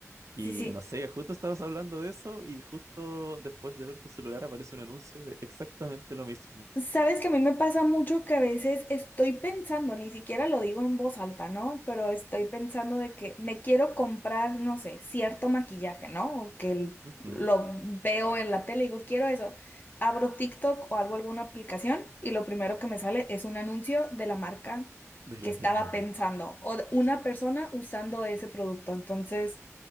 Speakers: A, on the right (about 70°); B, on the left (about 35°).
A: Y
B: sí, sí.
A: no sé, justo estabas hablando de eso y justo después de ver tu celular aparece un anuncio de exactamente lo mismo.
B: Sabes que a mí me pasa mucho que a veces estoy pensando, ni siquiera lo digo en voz alta, ¿no? Pero estoy pensando de que me quiero comprar, no sé, cierto maquillaje, ¿no? O que el-
A: Ujú,
B: lo veo en la tele y digo, quiero eso. Abro TikTok o hago alguna aplicación y lo primero que me sale es un anuncio de la marca
A: de
B: que
A: la
B: estaba
A: misma marca.
B: pensando o de una persona usando ese producto. Entonces,